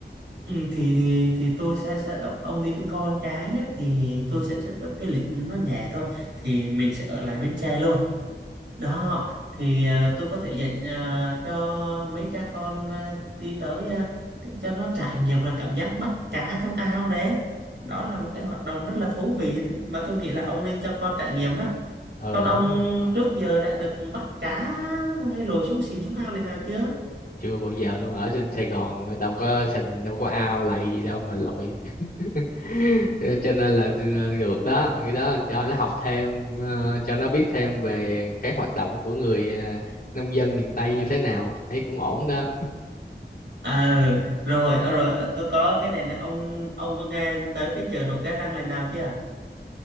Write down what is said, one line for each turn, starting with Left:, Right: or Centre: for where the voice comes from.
Right: Ừ, thì thì tôi sẽ set ông đi với con cái nhé thì tôi sẽ set up cái lịch nó nhẹ thôi thì mình sẽ ở lại Bến Tre luôn đó thì ờ, tôi có thể dạy ờ, cho mấy cha con ờ, đi tới ờ, cho nó trải nghiệm là cảm giác bắt cá trong ao đấy đó là một cái hoạt động rất là thú vị đấy, mà tôi nghĩ là ông nên cho con trải nghiệm đó
Left: ờ
Right: con ông
Left: đúng rồi
Right: trước giờ đã được bắt cá hay lội xuống xìn xuống ao lần nào chưa
Left: chưa bao giờ luôn ở trên Sài Gòn đâu có sình đâu có ao lầy gì đâu mà lội <laughs> Ờ, cho nên là ờ, được đó cái đó cho nó học thêm ờ, cho nó biết thêm về cái hoạt động của người ờ, nông dân miền Tây như thế nào thấy cũng ổn đó
Right: À, rồi, ờ, rồi, ờ, tôi có cái này nè, ông ông có nghe tới cái chợ nổi Cái Răng lần nào chưa?